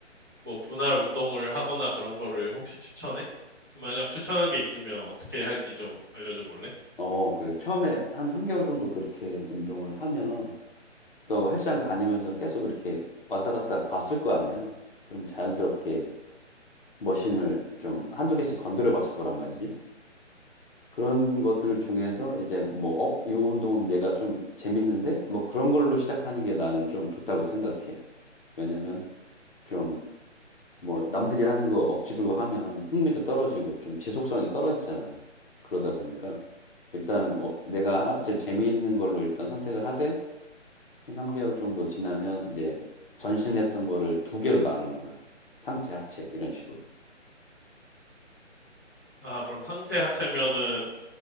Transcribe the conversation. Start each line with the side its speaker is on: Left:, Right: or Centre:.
Right: 뭐 분할 운동을 하거나 그런 거를 혹시 추천해? 만약 추천한 게 있으면 어떻게 할지 좀 알려줘 볼래?
Left: 어, 그래. 처음에 한 3개월 정도 그렇게 운동을 하면 또 헬스장 다니면서 계속 이렇게 왔다 갔다 봤을 거 아니야. 그럼 자연스럽게 머신을 좀 한두 개씩 건드려 봤을 거란 말이지. 그런 것들 중에서 이제 뭐, 어, 요 운동은 내가 좀 재밌는데? 뭐 그런 걸로 시작하는 게 나는 좀 좋다고 생각해. 왜냐면 좀 뭐 남들이 하는 거 억지로 하면 흥미도 떨어지고 좀 지속성이 떨어지잖아. 그러다 보니까 일단 어, 내가 하- 제 재미있는 걸로 일단 선택을 하되 한 3개월 정도 지나면 이제 전신했던 거를 두 개로 나누는 거야. 상체, 하체 이런 식으로.
Right: 아, 그럼 상체 하체면은